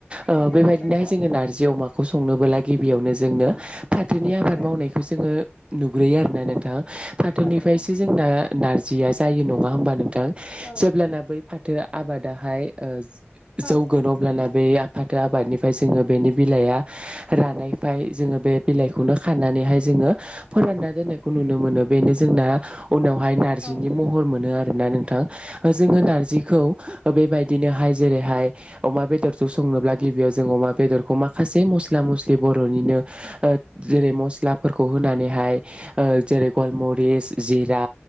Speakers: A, on the right (about 25°); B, on the left (about 20°).
A: ओ
B: औ नंगौ
A: बेबायदिनोहाय
B: नोंथां
A: जोङो नारजि अमा खौ संनोबोला गिबियावनो जोंनो फाथोनि आबाद
B: औ
A: मावनायखौ जोङो नुग्रोयो आरो ना नोंथां फाथोनिफ्रायसो
B: औ औ
A: जोंना नारजिया जायो नङा होमबा नों थां
B: औ
A: जेब्लाना बै फाथो आबादाहाय ओ जौगोन
B: औ
A: अब्लाना बे फाथो आबादनिफ्राय जोङो बेनि बिलाइया रानायफाय जोङो बे बिलाइखौनो खानानैहाय जोङो फोरानना
B: औ
A: दोननायखौ नुनो मोनो बेनो जोंना उनावहाय नार्जिनि
B: औ
A: महर मोनो आरोना नों थां ओ जोङो नारजिखौ बेबायदिनोहाय जेरैहाय अमा बेदरजों संनोब्ला गिबियाव जों अमा बेदरखौ माखासे मस्ला मस्लि बर'निनो ओद जेरै मस्लाफोरखौ होनानैहाय ओ जेरै गलमरिस जिरा